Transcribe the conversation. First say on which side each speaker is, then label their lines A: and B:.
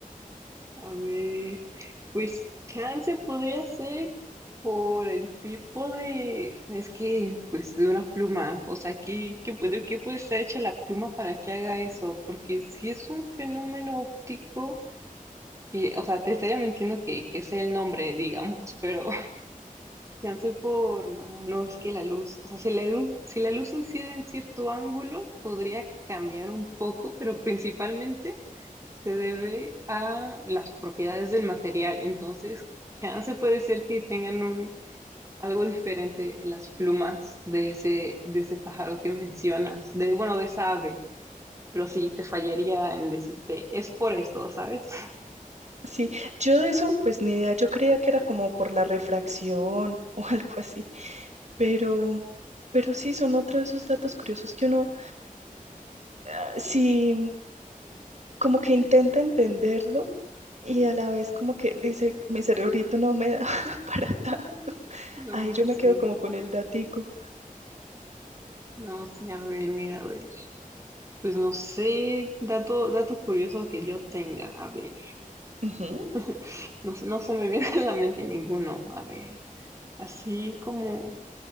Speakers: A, on the right; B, on the right.
A: a ver, pues chance podría ser por el tipo de, es que, pues de una pluma, o sea, ¿qué, qué puede, qué puede estar hecha la pluma para que haga eso? Porque si es un fenómeno óptico, que, o sea, te estaría mintiendo que, que sea el nombre, digamos, pero... Chance por, no, no, es que la luz, o sea, si la luz, si la luz incide en cierto ángulo, podría cambiar un poco, pero principalmente se debe a las propiedades del material. Entonces, chance puede ser que tengan un, algo diferente en las plumas de ese, de ese pájaro que mencionas, de, bueno, de esa ave, pero sí, te fallaría en decirte, es por esto, ¿sabes? <laughs>
B: sí. Yo de eso, pues ni idea, yo creía que era como por la refracción <laughs> o algo así, pero, pero sí son otro de esos datos curiosos que uno, ah, sí como que intenta entenderlo y a la vez como que dice, mi cerebrito no me da <laughs> para tanto.
A: No,
B: Ahí yo me
A: sí,
B: quedo como con el datico.
A: no, sí, a ver, mira, a ver. Pues no sé, dato, dato curioso que yo tenga, a ver,
B: Ujú.
A: <laughs> no, no se me viene <laughs> a la mente ninguno, a ver, así como